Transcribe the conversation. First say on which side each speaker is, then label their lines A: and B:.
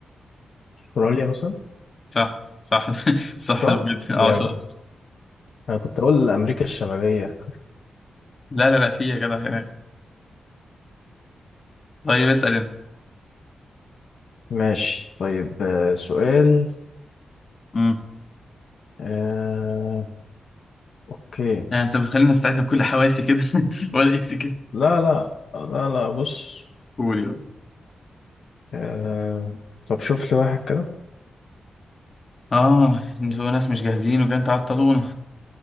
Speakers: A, on the left; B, on the left.
A: أستراليا مثلا
B: صح صح <laughs> صح
A: صح
B: بجد
A: جامد
B: اه شاطر
A: انا كنت اقول امريكا الشمالية
B: لا لا لا في يا جدع هناك طيب اسأل أنت
A: ماشي طيب آه، سؤال
B: امم
A: آه، أوكي
B: يعني أنت بتخليني أستعد بكل حواسي كده <laughs> ولا إكس كده
A: لا لا لا لا بص
B: قول يلا
A: آه، طب شوف لي واحد كده
B: آه أنتوا ناس مش جاهزين وجايين تعطلونا